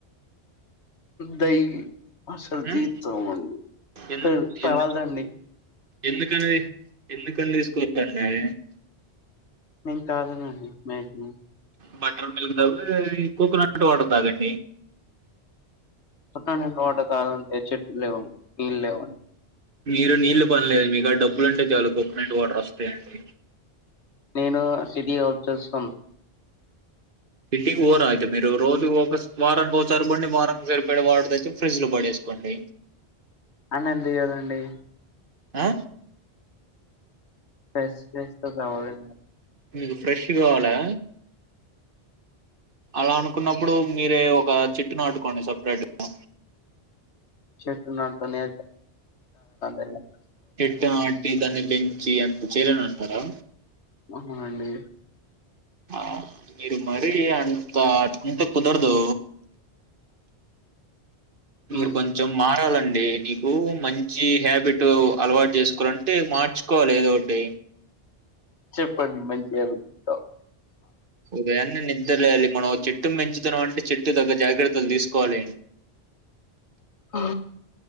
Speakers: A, on the left (about 85°); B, on the right (about 55°).
A: డైలీ అసలు
B: ఉమ్?
A: తీసుకోమండి
B: ఎందు
A: సరే తాగండి
B: ఎందు ఎందుకని ఎందుకని తీసుకో <unintelligible>
A: మేం తాగమండి మ్యాక్సిమం
B: బటర్ మిల్క్ బదులు కోకోనట్ వాటర్ తాగండి
A: కో కో నట్ వాటర్ కావాలంటే చెట్టు లేవండి నీళ్ళు లేవండి
B: మీరు నీళ్లు పనిలేదు మీక డబ్బులుంటే చాలు కోకోనట్ వాటర్ వస్తాయండి
A: నేను సిటీ వచ్చేస్తాను
B: సిటీ కి పోరా అయితే మీరు రోజు ఒక వారానికి పోండి వారానికి సరిపయే వాటర్ తెచ్చి ఫ్రిజ్ లో పడేసు కోండి
A: అవునండి అవునండి
B: ఆ
A: ఫ్రెష్ ఫ్రెష్ తో కావాలి
B: మీకు ఫ్రెష్ కావాలా అలా అనుకున్నప్పుడు మీరే ఒక చెట్టు నాటుకోండి సపరేట్ గా
A: చెట్టు నాతోనే <unintelligible>
B: చెట్టు నాటి దాన్ని పెంచి అంత చేయలేని అంటారా
A: అవునండి
B: ఆ మీరు మరి అంత ఇంత కుదరదు మీరు
A: ఉమ్,
B: కొంచెం మారాలండి ఈడ నీకు మంచి హ్యాబిట్ అలవాటు చేసుకోవాలంటే మార్చుకోవాలి ఏద ఒకటి
A: చెప్పండి మంచిగా వింటాం
B: ఉదయాన్నే నిద్ర లేవాలి మనం ఒక చెట్టు పెంచుతున్నాం అంటే చెట్టు తగ్గ జాగ్రత్తలు తీసుకోవాలి
A: ఆ